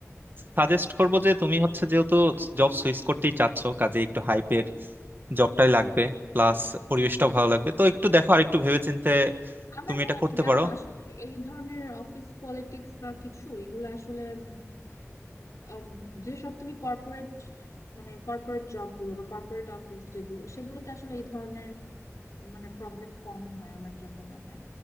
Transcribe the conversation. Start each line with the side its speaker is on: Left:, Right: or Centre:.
Right: সাজেস্ট করব যে তুমি হচ্ছে যেহেতু জব সুইচ করতেই চাচ্ছ কাজে একটু হাইপের জবটাই লাগবে প্লাস পরিবেশটাও ভালো লাগবে তো একটু দেখো আর একটু ভেবেচিন্তে
Left: আমার
Right: তুমি
Left: মনে
Right: এটা
Left: হয়
Right: করতে
Left: কি জানো
Right: পারো
Left: আসলে এই ধরনের অফিস পলিটিক্স বা কিছু এগুলো আসলে উম, আম, যেসব তুমি কর্পোরেট মানে কর্পোরেট জব গুলো বা কর্পোরেট অফিস যেগুলো সেগুলোতে আসলে এই ধরনের মানে প্রবলেম কমই হয় আমার যা মনে হয়